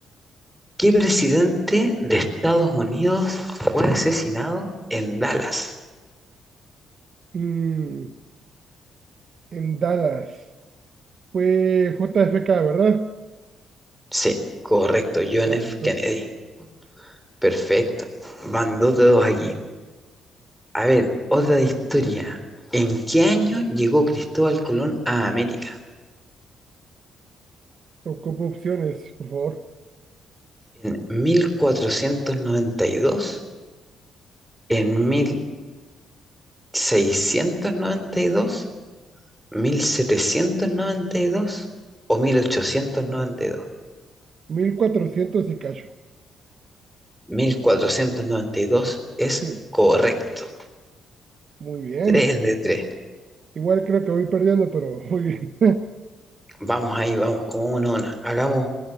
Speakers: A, in the centre; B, on the right.
A: ¿Qué presidente de Estados Unidos fue asesinado en Dallas?
B: Mm, en Dallas, fue J F K ¿verdad?
A: Sí, correcto, John
B: Correcto.
A: F. Kennedy. Perfecto. Van dos dedos aquí. A ver, otra de historia. ¿En qué año llegó Cristóbal Colón a América?
B: Ocupo opciones, por favor.
A: ¿En 1492, ¿En mil seiscientos noventa y dos. 1792 o mil mil ochocientos noventa noventa y dos
B: mil cuatrocientos y cacho.
A: mil cuatrocientos noventa y dos es
B: Sí,
A: correcto.
B: muy bien.
A: tres de tres
B: Igual creo que voy perdiendo, pero muy bien.
A: Vamos ahí, vamos, como uno, a una. Hagamos